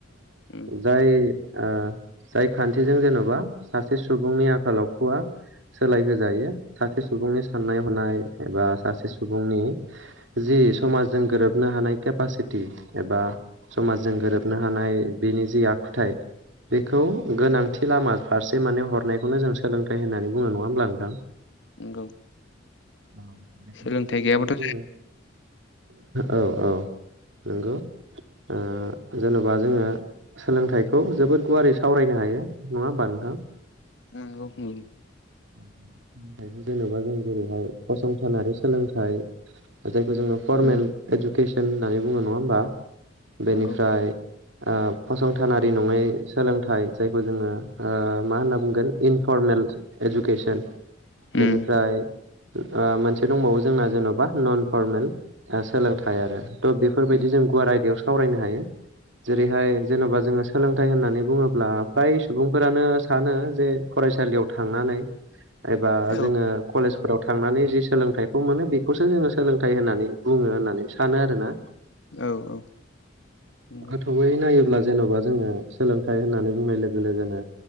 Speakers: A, on the left; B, on the right.
A: उम
B: जाय ओ जाय खान्थिजों जेन'बा सासे सुबुंनि आखाल आखुआ सोलायहोजायो सासे सुबुंनि साननाय हनाय एबा सासे सुबुंनि जि समाजजों गोरोबनो हानाय केपासि एबा समाजजों गोरोबनो ह हानाय बिनि जि आखुथाय बेखौ गोनांथि लामा फारसे माने हरनायखौनो जों सोलोंथाइ होननानै बुङो नङा होमब्ला नोंथां?
A: नंगौ
B: औ बेखायनो
A: सोलोंथाइ गैयाबाथ'
B: माने जोङो औ औ नंगौ ओ जेन'बा जोङो सोलोंथाइखौ जोबोद गुवारै सावरायनो हायो नङा होमबा नोंथां?
A: नंगौ उम
B: <unintelligible> थायखौ जेनेबा जों जेरैहाय फसंथानारि सोलोंथाइ जाय जोङो फरर्मेल
A: उम
B: इडुकेसन होननानै बुङो नङा होमबा बेनिफ्राय
A: नंगौ
B: ओ फसंथानारि नङै सोलोंथाइ जायखौ जोङो मा होनना बुंगोन इनफरमेल इडुकेसन
A: उम
B: बेनिफ्राय मोनसे दंबावो जोंना जेन'बा नन फरमेल सोलोंथाइ आरो थ' बेफोरबायदि
A: उम
B: जों गुवार आयदायाव सावरायनो हायो जेरैहाय जेन'बा जोङो सोलोंथाइ होननानै बुङोब्ला फ्राय सुबुंफोरानो सानो जे फरायसालियाव थांनानै एबा
A: औ
B: जोङो कलेज फोराव थांनानै जि सोलोंथाइखौ मोनो बेखौसो जोङो सोलोंथाइ होननानै बुङो होननानै सानो आरोना
A: औ औ नंगौ
B: गोथौयै नायोब्ला जेन'बा जोङो सोलोंथाइ होननानै बुंनाय लोगो लोगोनो